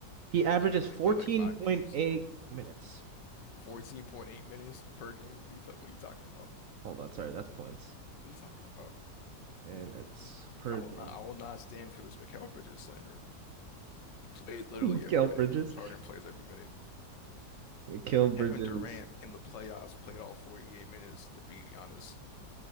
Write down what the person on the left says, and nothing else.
Yeah, but
they play like five games.
14.8 minutes per game. What are you ta what are you talking about?
What are you talking about?
Yeah, I will
not I will not stand for this Mikal Bridges slander. He plays literally
every minute.
James Harden plays every minute.
Kevin Durant in the playoffs played all 48 minutes to beat Giannis,